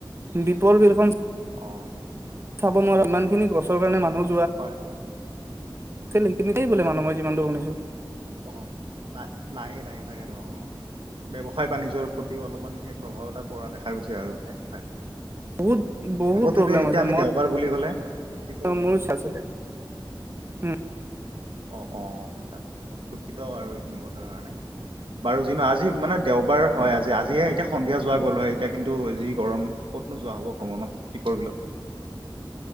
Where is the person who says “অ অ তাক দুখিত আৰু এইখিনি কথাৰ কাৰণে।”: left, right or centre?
Right